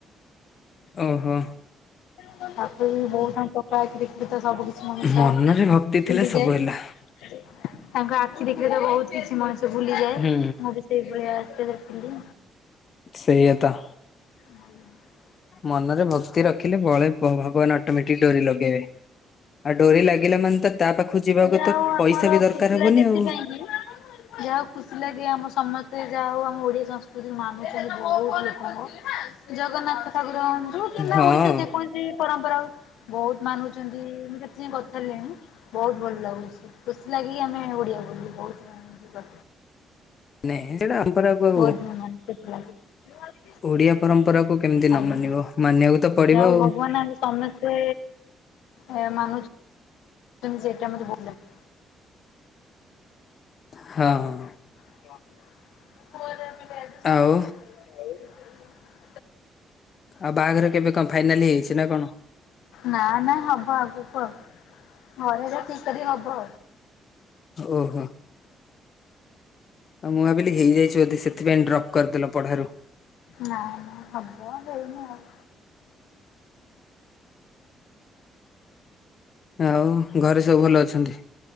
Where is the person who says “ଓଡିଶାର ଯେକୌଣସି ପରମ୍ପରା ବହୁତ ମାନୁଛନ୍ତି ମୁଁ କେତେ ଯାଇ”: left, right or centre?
Left